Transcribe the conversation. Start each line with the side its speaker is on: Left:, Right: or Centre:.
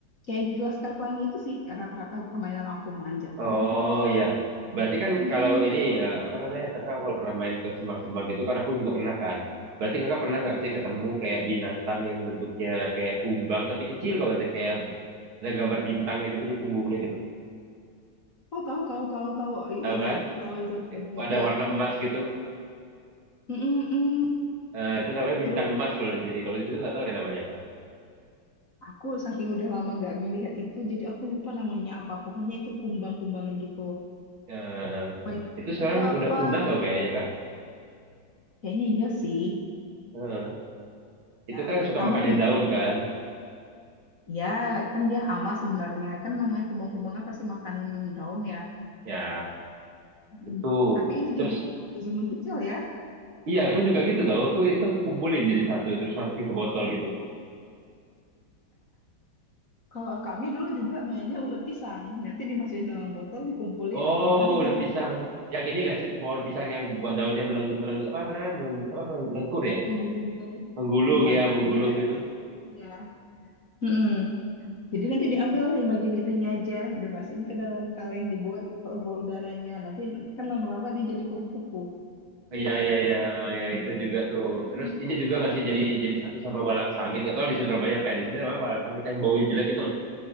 Left: kayak di Laskar Pelangi itu sih rata-rata permainan aku manjat
Right: Oh
Left: pohon.
Right: iya. Berarti kan
Left: Mm-mm.
Right: kalau ini eh, apa namanya kakak kalau pernah main ke semak-semak gitu kan aku juga pernah kan. Berarti kakak pernah nggak sih
Left: Mm-mm.
Right: ketemu kayak binatang yang bentuknya kayak kumbang tapi kecil banget ya kayak ada gambar bintangnya gitu di punggungnya gitu
Left: Oh tahu tahu tahu tahu I-
Right: tahu
Left: iya
Right: kan
Left: aku tahu itu tuh dia
Right: ada
Left: kayak
Right: warna emas gitu
Left: mm-mm-mm.
Right: Eh, itu namanya bintang
Left: terus
Right: emas kalau di sini kalau di situ nggak tahu deh namanya apa
Left: Aku saking udah lama nggak ngelihat itu, jadi aku lupa namanya apa. Pokoknya itu kumbang-kumbangan gitu.
Right: Eh,
Left: Mainnya kumbang
Right: itu sekarang
Left: kelapa.
Right: udah punah tau kayaknya kak
Left: Kayaknya iya sih.
Right: Eh, itu
Left: Ya,
Right: kan suka
Left: tambah
Right: makanin
Left: kumbang
Right: daun
Left: kelapa
Right: kan
Left: juga. Ya, kan dia hama sebenarnya. Kan namanya kumbang-kumbangan pasti makan daun ya.
Right: ya
Left: Mm.
Right: itu
Left: Tapi itu
Right: terus
Left: jadi mainan waktu zaman kecil ya.
Right: iya aku juga gitu tau aku itu aku kumpulin jadi satu terus masukin ke botol gitu
Left: Kalau kami dulu juga mainnya ulet pisang. Nanti dimasukin dalam botol, dikumpulin.
Right: oh
Left: Nanti
Right: ulet
Left: dia jadi
Right: pisang yang ini nggak sih pohon pisang yang buat daunnya meleng meleng apa namanya meleng apa meleng- melengkur ya
Left: menggulung-gulung.
Right: menggulung
Left: Iya,
Right: ya menggulung
Left: dia nanti.
Right: itu
Left: Iya. Mm-mm. Jadi nanti diambil yang bagian itunya aja, dimasukin ke dalam kaleng, dibuat pembuluh udaranya. Nanti kan lama-lama dia jadi kupu-kupu.
Right: Iya iya iya Ah, ya, itu juga tuh.
Left: Mhm.
Right: Terus ini juga nggak sih jadi jadi satu sama walang sangit nggak tahu di sini namanya apa ya di sini namanya walang sangit yang baunya jelek itu loh,